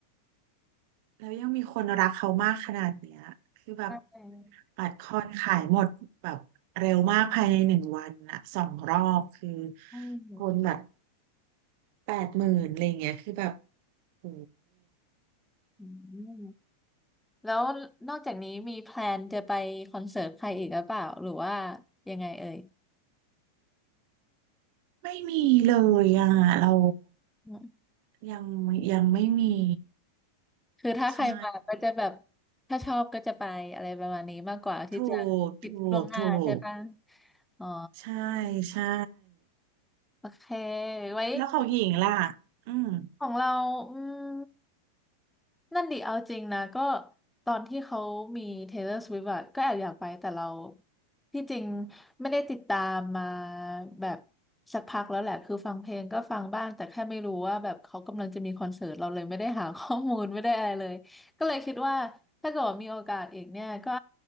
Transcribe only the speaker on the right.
แล้วยังมีคนรักเขามากขนาดเนี้ยคือแบบ
บัตรคอนขายหมดแบบเร็วมากภายในหนึ่งวันอะสองรอบคือ
คนแบบแปดหมื่นอะไรเงี้ยคือแบบโห
ไม่มีเลยอ่ะเรา
ยังยังไม่มี
ใช่
ถูกถูกถูก
ใช่ใช่
แล้วของหญิงล่ะอืม